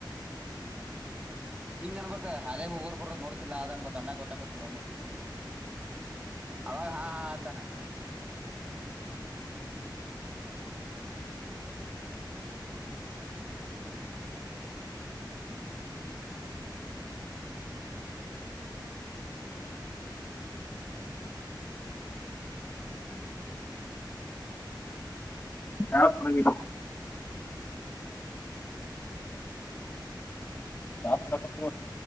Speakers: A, on the right; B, on the left.
A: ಹಿಂಗ ಅನ್ಬೇಕಕ್ ಹಾದ್ಯಾಗ ಬರೋರು ನೋಡ್ಬೇಕು ನೋಡ್ತಾ ಇಲ್ಲ ಹಂಗಂದ್ರೆ ಗೊತ್ತಾಗುತ್ತೆ ಸೂಳೆಮಕ್ಕ ಮಗ ನೋಡ್ತಿ ಅವಾಗ ಹಾ ಹಾತಾನ
B: ಹ
A: ನ <unintelligible>
B: ನ <unintelligible>